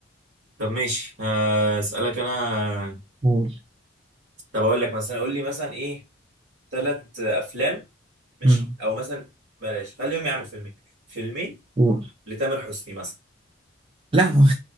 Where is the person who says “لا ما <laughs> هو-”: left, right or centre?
Right